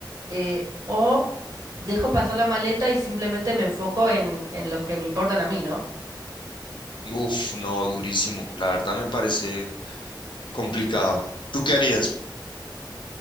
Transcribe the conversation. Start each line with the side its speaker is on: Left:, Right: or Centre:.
Right: Eh, o dejo pasar la maleta y simplemente me enfoco en, en los que me importan a mí, ¿no?
Left: Uf, no, durísimo. La verdad me parece complicado. ¿Tú qué harías?